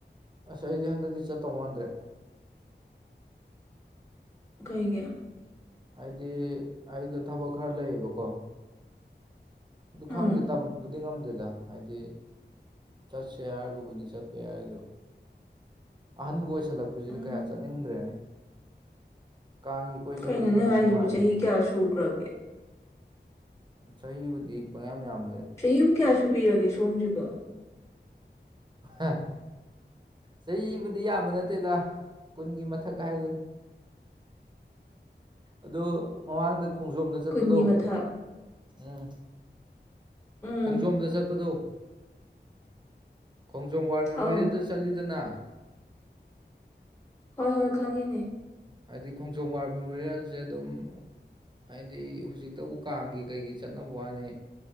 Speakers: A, on the right (about 25°); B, on the left (about 15°).
A: ꯑꯁ ꯑꯩꯗꯤ ꯍꯟꯗꯛꯇꯤ ꯆꯠꯇꯧ ꯃꯥꯟꯗ꯭ꯔꯦ
B: ꯀꯩꯒꯤ
A: ꯍꯥꯏꯗꯤ ꯑꯩꯗꯣ ꯊꯕꯛ ꯈꯔ ꯂꯩꯌꯦꯕꯀꯣ ꯑꯗꯨ
B: ꯎꯝ
A: ꯈꯪꯗꯦ ꯇꯝꯕ ꯕꯗꯤ ꯉꯝꯗꯦꯗ ꯍꯥꯏꯗꯤ ꯆꯠꯁꯦ ꯍꯥꯏꯔꯒꯕꯨꯗꯤ ꯆꯠꯄ ꯌꯥꯏ ꯑꯗꯨ ꯑꯍꯟꯒ ꯑꯣꯏꯁꯜꯂꯛꯄꯁꯤꯗ
B: ꯎꯝ
A: ꯀꯌꯥ ꯆꯠꯅꯤꯡꯗ꯭ꯔꯦꯅꯦ ꯀꯥꯡꯒꯤ ꯀꯣꯏ ꯆꯠꯄꯗꯣ
B: ꯀꯩꯅꯣꯅꯦ
A: ꯅꯨꯡꯗꯤ
B: ꯍꯥꯏꯖꯤꯕꯨ
A: ꯅꯨꯡꯉꯥꯏꯕꯅꯦ
B: ꯆꯍꯤ ꯀꯌꯥ ꯁꯨꯈ꯭ꯔꯒꯦ
A: ꯆꯍꯤꯕꯨꯗꯤ ꯄꯪꯌꯥꯝ ꯌꯥꯝ
B: ꯆꯍꯤꯕꯨ ꯀꯌꯥ ꯁꯨꯕꯤꯔꯒꯦ ꯁꯣꯝꯁꯤꯕꯣ
A: ꯍꯥ ꯆꯍꯤꯕꯨꯗꯤ ꯌꯥꯝꯕ ꯅꯠꯇꯦꯗ ꯀꯨꯟꯒꯤ ꯃꯊꯛ ꯍꯥꯏꯗꯨꯅꯤ ꯑꯗꯨ ꯃꯃꯥꯡꯗ ꯈꯣꯡꯖꯣꯝꯗ ꯆꯠꯄꯗꯣ
B: ꯀꯨꯟꯒꯤ ꯃꯊꯛ
A: ꯎꯝ
B: ꯎꯝ
A: ꯈꯣꯡꯖꯣꯝꯗ ꯆꯠꯄꯗꯣ ꯈꯣꯡꯖꯣꯝ ꯋꯥꯔ ꯃꯦꯃꯣꯔꯤꯌꯦꯜꯗ
B: ꯑꯧ
A: ꯆꯠꯂꯤꯗꯅ
B: ꯍꯣꯏ ꯍꯣꯏ ꯈꯪꯉꯤꯅꯦ
A: ꯍꯥꯏꯗꯤ ꯈꯣꯡꯖꯣꯝ ꯋꯥꯔ ꯃꯦꯃꯣꯔꯤꯌꯦꯜꯁꯦ ꯑꯗꯨꯝ ꯍꯥꯏꯗꯤ ꯍꯧꯖꯤꯛꯇꯕꯨ ꯀꯥꯡꯒꯤ ꯀꯩꯒꯤ ꯆꯠꯅꯕ ꯋꯥꯅꯦ